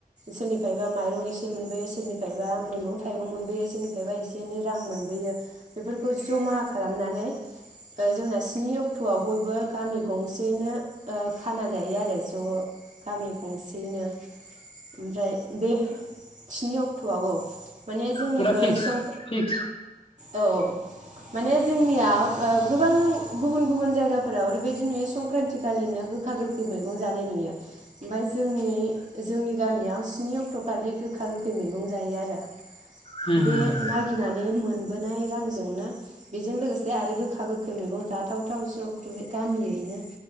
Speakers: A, on the right; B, on the left.
A: सोरनिफ्रायबा माइरं एसे मोनबोयो सोरनिफ्रायबा मैगं थाइगं मोनबोयो सोरनिफ्रायबा एसे एनै रां मोनबोयो बेफोरखौ जमा खालाम नानै ओ जोंना स्नि अक्ट आव बयबो गामि गंसेयैनो ओ खाना जायो आरो ज' गामि गंसेयैनो। ओमफ्राय बे स्नि अक्टआव औ माने जोंनिखै
B: फुरा फिक्स
A: सं
B: फिक्स
A: औ माने जोंनियाव ओ गोबां गुबुन गुबुन जायगाफोराव ओरैबायदि नुयो संक्रान्ति खालिनो गोखा गोखै मैगं जानाय नुयो। ओमफाय जोंनि जोंनि गामियाव स्नि अक्टखालि गोखा गोखै मैगं जायो आरो
B: मोजाङानो
A: बे मागिनानै मोनबोनाय रांजोंनो बेजों लोगोसे आरो गोखा गोखै मैगं जाथावथाव ज ग्रुबै गामियैनो